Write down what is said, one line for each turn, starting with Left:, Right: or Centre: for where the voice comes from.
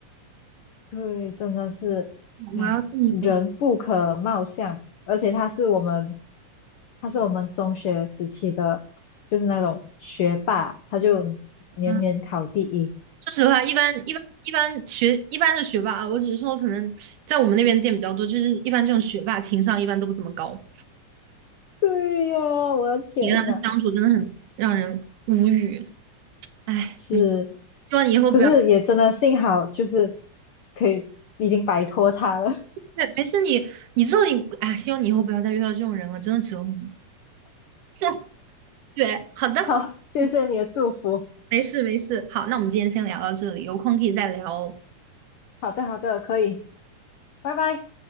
Left: 对，真的是，唉，
Right: 我要是你，
Left: 人不可貌相，
Right: 我的
Left: 而且他是我们，他是我们中学时期的，就是那种学霸，他就年年考第一。
Right: 妈！<laughs> 说实话，一般一般一般学一般的学霸啊，我只是说可能在我们那边见比较多，就是一般这种学霸情商一般都不怎么高，
Left: 对呀，我的天呐，
Right: 你跟他们相处真的很让人无语，哎，
Left: 是
Right: 没，希望你以后不要，
Left: 可是也真的幸好就是可以已经摆脱它了。
Right: 对，没事你，你之后你，哎，希望你以后不要再遇到这种人了，真的折磨。<laughs> 对，好的，
Left: <laughs> 好，谢谢你的祝福。
Right: 嗯，没事没事，好，那我们今天先聊到这里，有空可以再聊哦。
Left: 好的，好的，可以，拜拜。